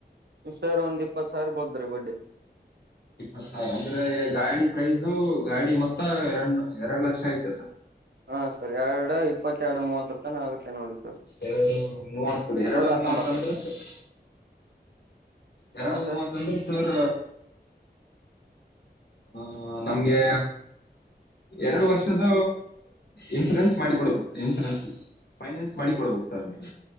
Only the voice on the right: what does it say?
ಸರ್ ಒಂದ್ ಇಪ್ಪತ್ ಸಾರ್ ಬೋದ್ರೀ ಬಡ್ಡಿ
ಹಾ ಸರಿ ಎರಡ ಇ ಇಪ್ಪತ್ತ ಎರ ಮೂವ ಆ ನೋತ
ಹತ್ತೊಂಬತ್ತರ
ಹಾ ಸರ್